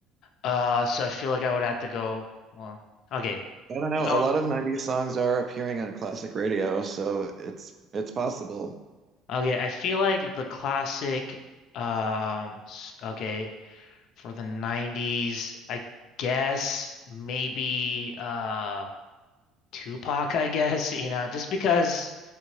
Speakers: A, on the left; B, on the right.
A: Uh, so I feel like I would have to go, well, okay.
B: I don't know.
A: Oh,
B: A lot of 90s songs are appearing on classic radio, so it's it's possible.
A: okay, I feel like the classic um s- okay, for the 90s, I guess maybe uh Tupac, I guess, <laughs> you know, just because